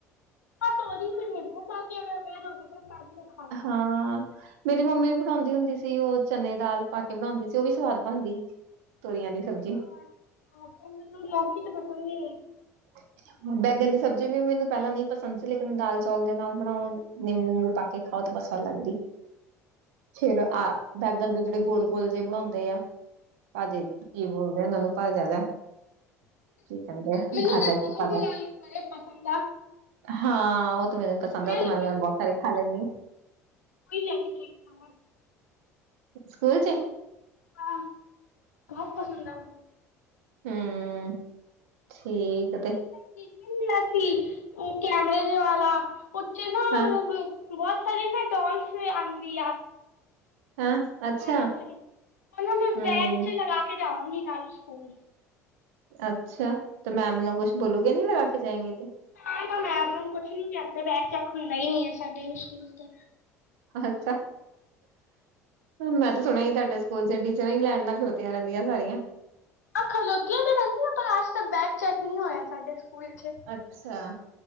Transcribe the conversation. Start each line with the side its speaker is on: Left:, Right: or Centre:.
Left: ਆਹ ਤੋਰੀ ਤੇ ਨਿੰਬੂ ਪਾ ਕੇ ਅਗਰ ਦੇ ਦੋਗੇ ਤਬ ਮੈਂ ਖਾ
Right: ਹਾਂ ਮੇਰੀ ਮੰਮੀ ਵੀ ਬਣਾਉਂਦੀ ਹੁੰਦੀ ਸੀ। ਉਹ ਚਨੇ ਦੀ ਦਾਲ ਪਾ ਕੇ ਬਣਾਉਂਦੀ ਸੀ। ਉਹ ਵੀ ਸਵਾਦ ਬਣਦੀ ਸੀ। ਤੋਰੀਆਂ ਦੀ ਸਬਜ਼ੀ।
Left: ਅੱਛਾ ਅੱਜ- ਕੱਲ ਮੈਂਨੂੰ ਲੋਕੀ ਤਾਂ ਪਸੰਦ ਨੀ
Right: ਅੱਛਾ ਬੈਗਨ ਦੀ ਸਬਜ਼ੀ ਵੀ ਮੈਨੂੰ ਪਹਿਲਾਂ ਨਹੀਂ ਪਸੰਦ ਸੀ। ਲੇਕਿਨ ਦਾਲ ਚੌਲ ਦੇ ਨਾਲ ਬਣਾਉਣ, ਨਿੰਬੂ ਉੁਬੂ ਪਾ ਕੇ। ਖਾਓ ਤਾਂ ਪਸੰਦ ਲੱਗਦੀ। ਫਿਰ ਆ ਬੈਗਨ ਦੇ ਜਿਹੜੇ ਗੋਲ-ਗੋਲ ਜਿਹੇ ਬਣਾਉਂਦੇ ਆ। ਤੁਹਾਡੇ ਇਧਰ ਕੀ ਬੋਲਦੇ ਉਹਨਾਂ ਨੂੰ ਭਿਆਦਾ। ਕੀ ਕਹਿੰਦੇ ਆ
Left: ਮੈਨੂੰ
Right: ਫਾਦਾ
Left: ਤਾਂ ਗੋਲ
Right: ਫਾਦਾ,
Left: ਗੋਲ ਆਲੂ ਬੜੇ ਪਸੰਦ
Right: ਹਾਂ ਉਹ ਤੇ ਮੈਨੂੰ ਪਸੰਦ
Left: ਨੱਲ
Right: ਆ ਉਹ ਤੇ ਮੈਂ
Left: ਕੋ
Right: ਮੈਂ ਬਹੁਤ ਸਾਰੇ ਖਾ ਲੈਂਦੀ
Left: ਲੈ ਕੇ ਜਾ। <unintelligible>
Right: ਸਕੂਲ 'ਚ।
Left: ਹਾਂ ਬਹੁਤ ਪਸੰਦ ਆ ਮੈਂਨੂੰ
Right: ਹਮ। ਠੀਕ ਤੇ।
Left: ਠੀਕ ਹੀ ਮਿਲਿਆ ਸੀ। ਉਹ ਕੈਮਰੇ ਦੇ ਵਾਲਾ, ਉਥੇ ਨਾ
Right: ਹਾਂ।
Left: ਹਮ, ਬਹੁਤ ਸਾਰੀ ਨਾ ਡੋਲਸ ਵੀ ਆਂਦੀ ਆ।
Right: ਹਾਂ। ਅੱਛਾ
Left: ਡਾਲਿਸ ਵਾਲੀ, ਉਹਨੂੰ ਨਾ
Right: ਹੂੰ
Left: ਬੈਗ 'ਚ ਲਗਾ ਕੇ ਜਾਵਾਂਗੀ ਕੱਲ ਸਕੂਲ।
Right: ਅੱਛਾ। ਤਾਂ ਮੈਂਮ ਨੂੰ ਕੁਛ ਬੋਲੂਗੇ ਨਹੀਂ, ਲਗਾ ਕੇ ਜਾਂਗੇ ਤੇੇ।
Left: ਹਾਂ ਮੈਮ ਨੂੰ ਕੁਛ ਨੀ ਕਹਿੰਦੇ। ਬੈਗ ਚੈੱਕ ਹੁੰਦਾ ਹੀ ਨੀ ਆ ਸਾਡੇ ਸਕੂਲ ਤੇ।
Right: ਅੱਛਾ। ਮੈਂ ਤੇ ਸੁਣਿਆ ਹੀ ਤੁਹਾਡੇ ਸਕੂਲ 'ਚ ਟੀਚਰਾਂ ਹੀ ਲੈਣ ਨਾਲ ਖਲੋਤੀਆਂ ਰਹਿੰਦੀਆਂ ਸਾਰੀਆਂ।
Left: ਆਹ ਖਲੋਤੀਆਂ ਤੇ ਰਹਿੰਦੀਆਂ। ਪਰ ਅਜ ਤਕ ਬੈਗ ਚੈਕ ਨਹੀਂ ਹੋਇਆ ਸਾਡੇ ਸਕੂਲ 'ਚ।
Right: ਅੱਛਾ,